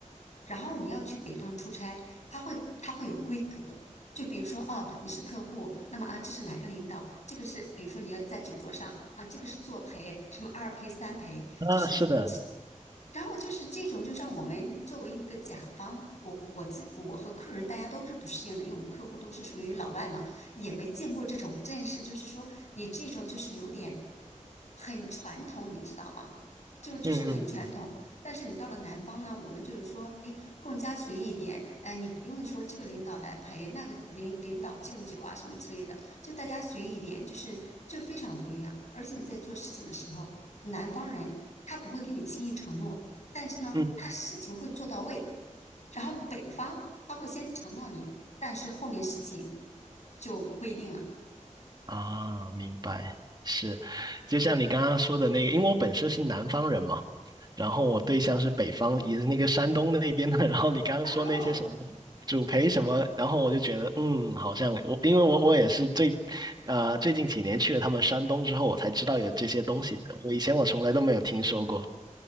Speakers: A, on the left; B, on the right.
A: 然后你要去北方出差，他会他会有规格，就比如说哦，你是客户，那么啊，这是哪个领导？这个是比如说你要在酒桌上啊，这个是作陪，什么二陪三陪，
B: 啊，
A: 就是这，
B: 是的，
A: 然后就是这种就让我们作为一个甲方。我我自我和客人大家都是不适应的，因为我们客户都是属于老外嘛，也没见过这种阵势，就是说你这种就是有点很传统，你知道吗？就就是很传统。
B: 嗯嗯嗯
A: 但是你到了南方呢，我们就是说，哎，更加随意一点，哎，你不用说这个领导来陪，那个领领导敬酒啊什么之类的，就大家随意一点，就是就非常不一样。而且你在做事情的时候，南方人他不会给你轻易承诺，但是呢，
B: 嗯。
A: 他事情会做到位。然后北方他会先承诺你，但是后面事情就不一定了。
B: 啊，明白，是，就像你刚刚说的那个，因为我本身是南方人嘛，然后我对象是北方，也是那个山东那边的，然后你刚刚说那些什么主陪什么，
A: 然后
B: 然后我就觉得，嗯，好像我，因为我我也是最，呃，最近几年去了他们山东之后，我才知道有这些东西的，我以前我从来都没有听说过。